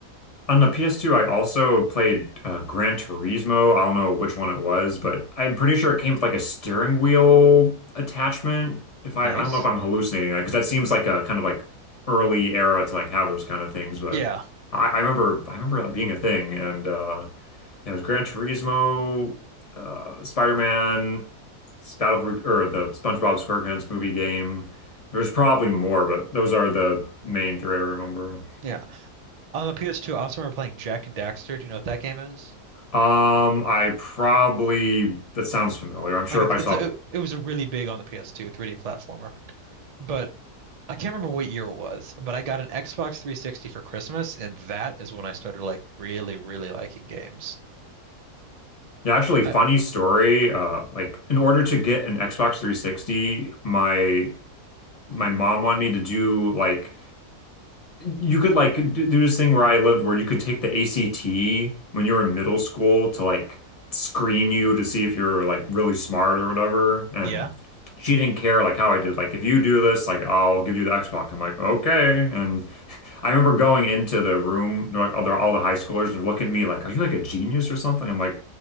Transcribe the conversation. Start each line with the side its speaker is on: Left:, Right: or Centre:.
Left: On the PS2, I also played uh, Gran Turismo. I don't know which one it was, but I'm pretty sure it came with like a steering wheel attachment. If I,
Right: Nice.
Left: I don't know if I'm hallucinating that, because that seems like a kind of like early era to like have those kind of things. But
Right: Yeah.
Left: I, I remember, I remember that being a thing, and uh, yeah, it was Gran Turismo, uh, Spider-Man, Battle or the SpongeBob SquarePants movie game. There's probably more, but those are the main three I remember.
Right: Yeah. On the PS2, I also remember playing Jack and Daxter. Do you know what that game is?
Left: Um, I probably that sounds familiar. I'm sure
Right: Like a,
Left: if I saw,
Right: it's a it was a really big on the PS2 3D platformer. But I can't remember what year it was, but I got an Xbox 360 for Christmas, and that is when I started like really, really liking games.
Left: yeah, actually, funny
Right: I
Left: story. Uh, like in order to get an Xbox 360, my my mom wanted me to do like you could like do do this thing where I lived where you could take the ACT when you were in middle school to like screen you to see if you're like really smart or whatever. And
Right: yeah,
Left: she didn't care like how I did. Like if you do this, like I'll give you the Xbox. I'm like okay. And <laughs> I remember going into the room, they're like all, they all the high schoolers, and they're looking at me like, are you like a genius or something? I'm like,